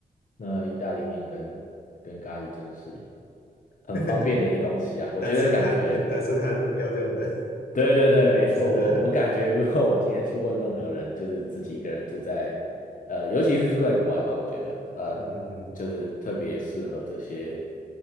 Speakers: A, on the left (about 55°); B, on the left (about 75°).
A: 那意大利面跟跟咖喱真是很方便的一个东西啊！
B: <laughs>
A: 我觉得感觉，
B: 单身汉单身汉要用的
A: 对对对，
B: <laughs>
A: 没错。
B: 吃的，
A: 我我感觉，如果我今天去问任何人，就是自己一个人住在，呃，尤其是住在国外吧，我觉得，呃，
B: 嗯嗯嗯，
A: 就是特别适合这些